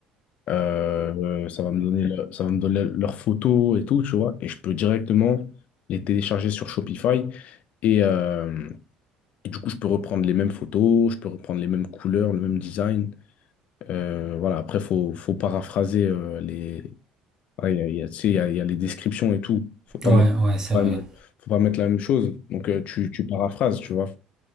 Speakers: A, on the left (about 50°); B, on the right (about 20°).
A: euh, euh, ça va me donner, le- ça va me donner leurs photos et tout, tu vois. Et je peux directement les télécharger sur Shopify. Et, euh, et du coup, je peux reprendre les mêmes photos, je peux reprendre les mêmes couleurs, le même design. Euh, voilà, après, faut, faut paraphraser euh, les. voilà, il y a, il y a, tu sais, il y a, il y a les descriptions et tout. Faut pas
B: ouais.
A: mettre,
B: Ouais, ouais,
A: faut
B: c'est
A: pas,
B: vrai.
A: me- faut pas mettre la même chose. Donc, euh, tu, tu paraphrases, tu vois.